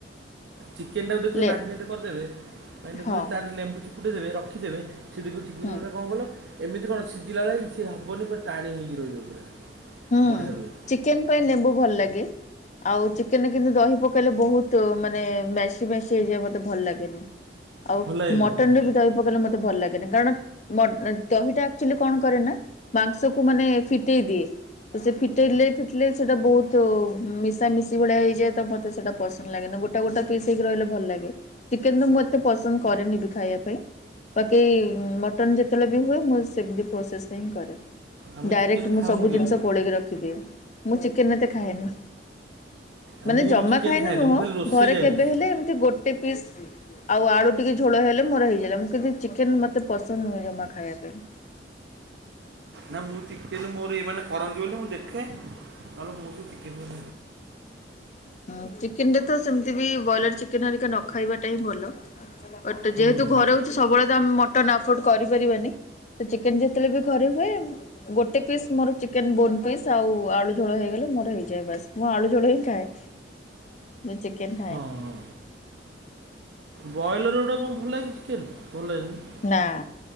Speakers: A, on the right; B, on the left.
A: ଚିକେନ ଟାକୁ ଦେଖିବେ
B: ଲେ
A: ମ୍ୟାରିନେଟ୍ କରିଦେବେ ମ୍ୟାରିନେଟ୍
B: ହଁ
A: କରି ତାଦେହରେ ଲେମ୍ବୁ ଚିପୁଡି ଦେବେ ରଖିଦେବେ। ସେଖଟେ
B: ହୁଁ।
A: କଣ ଗଲ ଏମିତି କଣ ସିଝିଲା ବେଳେ ଇ ସେ ହବନି ପୁରା ଟାଣି ହେଇକି ରହିବ ପୁରା।
B: ହୁଁ
A: ବଢ଼ିଆ ରୁହେ
B: ଚିକେନ ପାଇଁ ଲେମ୍ଵୁ ଭଲ ଲାଗେ। ଆଉ ଚିକେନରେ କିନ୍ତୁ ଦହି ପକେଇଲେ ବହୁତ ମାନେ ମେସି ମେସି ହେଇଯିବା ମତେ ଭଲ ଲାଗେନି। ଆଉ
A: ଭଲ ହେଇନି
B: ମଟନ
A: ନା
B: ରେ ବି ଦହି ପକେଇଲେ ମ ମତେ ଭଲ ଲାଗେନି କାରଣ ଦହିଟା ଆକ୍ଚୁଆଲି କଣ କରେ ନା ମାଂସକୁ ମାନେ ଫିଟେଇ ଦିଏ ତ ସେ ଫିଟେଇଲେ ଫିଟେ ସେଇଟା ବହୁତ ମିଶାମିଶି ଭଳିଆ ହେଇଯାଏ ତ ମୋତେ ସେଇଟା ପସନ୍ଦ ଲାଗେନି ଗୋଟା ଗୋଟେ ପିସ୍ ହେଇକି ରହିଲେ ଭଲ ଲାଗେ। ଚିକେନ ତ ମୁଁ ଏତେ ପସନ୍ଦ କରେନି ବି ଖାଇବା ପାଇଁ। ବାକି ମଟନ୍ ଯେତେବେଳେ ବି ହୁଏ ମୁଁ ସେମିତି ପ୍ରୋସେସ ହିଁ କରେ।
A: ଆମେ
B: ଡାଇରେକ୍ଟ
A: ଚିକେନ
B: ମୁଁ
A: ଖାଉନୁ
B: ସବୁ
A: କେବେ
B: ଜିନିଷ ଗୋଳେଇକି ରଖିଦିଏ ମୁଁ ଚିକେନ ଏତେ ଖାଏନି।
A: ଆଉ
B: ମାନେ
A: ମୁଁ
B: ଜମା
A: ବି ଚିକେନ
B: ଖାଇନି
A: ଖାଏନି
B: ନୁହଁ
A: ମୁଁ ଖାଲି ରୋଷେଇ
B: ଘରେ
A: ଜାଣିଛି
B: କେବେ ହେଲେ ଏମିତି ଗୋ ଗୋଟେ ପିସ୍ ଆଉ ଆଳୁ ଟିକେ ଝୋଳ ହେଲେ ମୋର ହେଇଗାଲା କିନ୍ତୁ ଚିକେନ ମତେ ପସନ୍ଦ ନୁହେଁ ଜମା ଖାଇବାକୁ। <inaudible>
A: ନା ମୁଁ ଚିକେନ ମୋର ଏଇ ମାନେ କରନ୍ତି ବୋଲି ମୁଁ ଦେଖେ ନହେଲେ ମୁଁ ସେ ଚିକେନ
B: ହଁ ଚିକେନ ଟାତ ସେମିତି ବି ବ୍ରଏଲର ଚିକେନ ହେରିକା ନ ଖାଇବାଟା ହିଁ ଭଲ। ଟେ
A: ହୁଁ
B: ଯେହେତୁ
A: ହୁଁ
B: ଘରେ ହଉଛି ସବୁବେଳେ ତ ଆମେ ମଟନ୍ ଆଫୋର୍ଡ କରିପାରିବାନି। ତ ଚିକେନ ଯେତେବେଳେ ବି ଘରେ ହୁଏ ଗୋଟେ ପିସ୍ ମୋର ଚିକେନ ବୋନ୍ ପିସ୍ ଆଉ ଆଳୁ ଝୋଳ ହେଇଗଲେ। ମୋର ହେଇଯାଏ ବାସ୍ ମୁଁ ଆଳୁ ଜୋଳ ହିଁ ଖାଏ। ଚିକେନ୍।
A: ହଁ ହଁ ବ୍ରଏଲର୍ ଗୁଡ଼ା କଣ ଭଲ ଲାଗେ କି ଚିକେନ୍ ଭଲ ଲାଗେନି।
B: ନା।